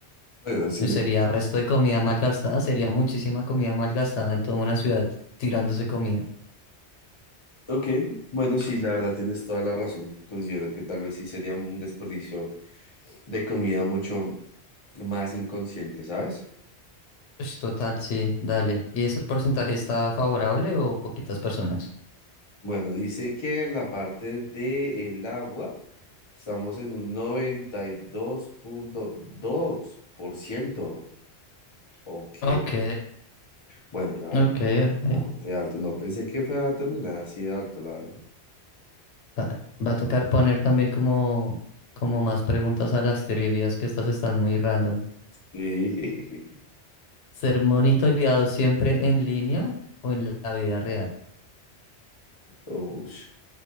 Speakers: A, on the left; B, on the left.
A: Bueno, sí,
B: Y
A: de-
B: Sería resto de comida malgastada, sería muchísima comida malgastada en toda una ciudad tirándose comida.
A: ok, bueno, sí, la verdad tienes toda la razón. Considero que tal vez sí sería un desperdicio de comida mucho más inconsciente, ¿sabes?
B: Pues total, sí, dale. ¿Y ese porcentaje está favorable o poquitas personas?
A: Bueno, dice que en la parte del agua estamos en un noventa y dos dos punto dos por ciento Ok,
B: Ok,
A: bueno, la verdad,
B: ok, ahí.
A: bastante alto. No pensé que fuera a terminar así de alto, la verdad.
B: Va, va a tocar poner también como, como más preguntas a las trivias, que estas están muy random.
A: Sí, <laughs>
B: ¿Ser monitoreado siempre en línea o en la vida real?
A: Ush.